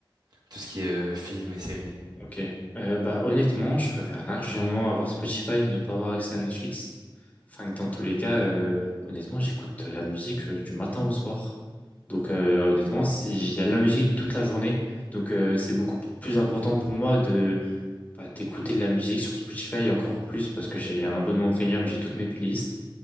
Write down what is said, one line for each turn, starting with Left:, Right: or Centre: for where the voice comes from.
Right: tout ce qui est euh, films et séries?
Left: ok. Euh, bah honnêtement, je préfère largement avoir Spotify et ne pas avoir accès à Netflix. Enfin, que dans tous les cas, euh, honnêtement, j'écoute de la musique euh, du matin au soir. Donc euh, honnêtement, si- il y a de la musique toute la journée. Donc euh, c'est beaucoup plus important pour moi de bah, d'écouter de la musique sur Spotify et encore plus parce que j'ai un abonnement premium, j'ai toutes mes playlists,